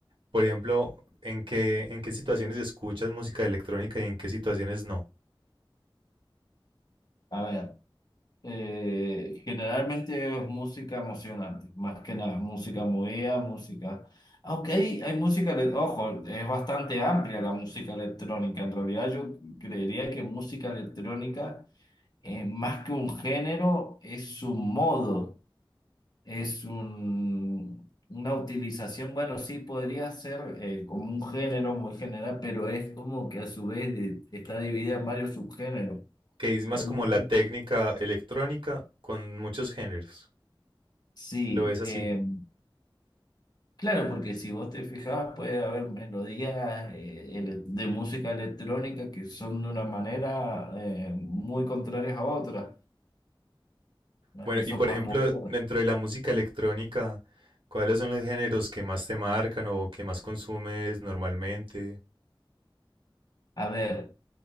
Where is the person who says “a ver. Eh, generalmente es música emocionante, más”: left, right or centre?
Left